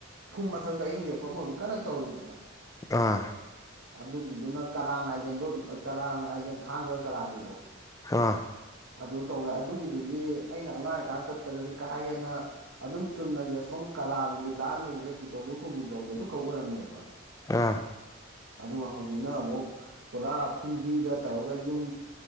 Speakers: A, on the right; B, on the left.
A: ꯐꯨꯝ ꯃꯊꯛꯇ ꯑꯍꯤꯡ ꯂꯦꯛꯄꯃ ꯍꯧꯖꯤꯛ ꯀꯟꯅ ꯇꯧꯔꯤꯗꯅ
B: ꯑꯥ
A: ꯑꯗꯨꯒꯤꯗꯨꯅ ꯀꯔꯥꯡ ꯑꯥꯏꯂꯦꯟꯗꯣ ꯀꯔꯥꯡ ꯑꯥꯏꯂꯦꯟ ꯊꯥꯡꯒ ꯀꯔꯥꯡꯒꯤꯗꯣ
B: ꯑꯥ
A: ꯑꯗꯨ ꯇꯧꯋꯦ ꯑꯗꯨꯒꯤꯗꯨꯗꯤ ꯑꯩꯅ ꯑꯉꯥꯡ ꯑꯣꯏꯌꯤꯀꯥꯟ ꯆꯠꯄꯗꯗꯤ ꯀꯥ ꯍꯦꯟꯅ ꯑꯗꯨꯝ ꯆꯨꯝꯅꯒꯤ ꯑꯁꯣꯝ ꯀꯔꯥꯡꯒꯤ ꯂꯥꯟꯕꯒꯤꯗ ꯍꯤ ꯇꯣꯡꯗꯣꯛ ꯇꯣꯡꯖꯤꯟ ꯇꯧꯕꯗꯣ ꯑꯗꯨꯈꯛ ꯑꯣꯏꯔꯝꯃꯦꯕ
B: ꯑꯥ
A: ꯑꯗꯨꯒ ꯍꯧꯖꯤꯛꯅ ꯑꯃꯨꯛ ꯄꯨꯔꯥ ꯐꯨꯝꯗꯤꯗ ꯇꯧꯔꯒ ꯌꯨꯝ